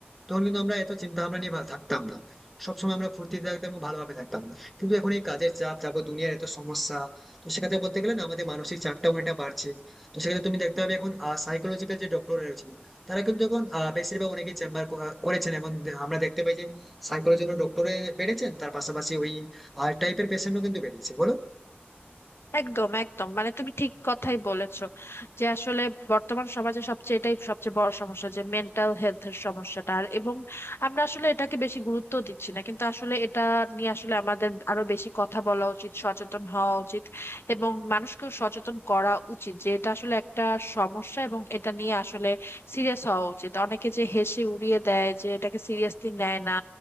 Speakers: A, in the centre; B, on the left.
A: তখন কিন্তু আমরা এত চিন্তা ভাবনা নিয়ে ভা- থাকতাম না সবসময় আমরা ফুর্তিতে থাকতাম এবং ভালোভাবে থাকতাম কিন্তু এখন এই কাজের চাপ তারপর দুনিয়ার এত সমস্যা তো সেক্ষেত্রে বলতে গেলে না আমাদের মানসিক চাপটা অনেকটা বাড়ছে তো সেক্ষেত্রে তুমি দেখতে পাবে এখন সাইকোলজিক্যাল যে ডক্টর রয়েছেন তারা কিন্তু এখন আহ, বেশিরভাগ অনেকে চেম্বার করেছেন এবং দে- আমরা দেখতে পাই যে সাইকোলজিক্যাল ডক্টরে বেড়েছেন তার পাশাপাশি ওই আর্ট টাইপের পেশেন্টও কিন্তু বেড়েছে বলো
B: একদম একদম মানে তুমি ঠিক কথাই বলেছো যে আসলে বর্তমান সমাজে সবচেয়ে এটাই সবচেয়ে বড় সমস্যা যে মেন্টাল হেলথের সমস্যাটা আর এবং আমরা আসলে এটাকে বেশি গুরুত্ব দিচ্ছি না কিন্তু আসলে এটা নিয়ে আসলে আমাদের আরো বেশি কথা বলা উচিত সচেতন হওয়া উচিত এবং মানুষকেও সচেতন করা উচিত যে এটা আসলে একটা সমস্যা এবং এটা নিয়ে আসলে সিরিয়াস হওয়া উচিত অনেকে যে হেসে উড়িয়ে দেয় যে এটাকে সিরিয়াসলি নেয় না